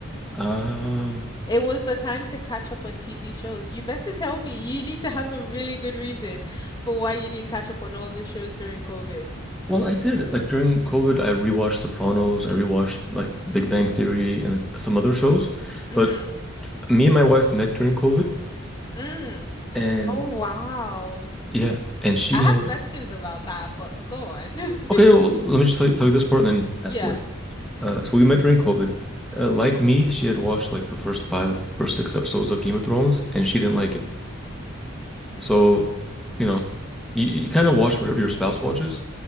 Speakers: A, in the centre; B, on the left.
A: Um,
B: It was the time to catch up on TV shows. You better tell me. You need to have a really good reason for why you didn't catch up on all the shows during COVID.
A: well, I did. Like during COVID, I rewatched Sopranos, I rewatched like Big Bang Theory and some other shows.
B: hmm
A: But me and my wife met during COVID
B: Mm.
A: and
B: Oh, wow.
A: yeah, and she
B: I
A: had
B: have questions about that, but go on. <laughs>
A: Okay, well, let me just tell you, tell you this part and then ask
B: Yeah.
A: away. Uh, so we met during COVID. Uh, like me, she had watched like the first five or six episodes of Game of Thrones, and she didn't
B: Mm-hmm.
A: like it. So, you know, you, you kind of watch whatever your spouse watches,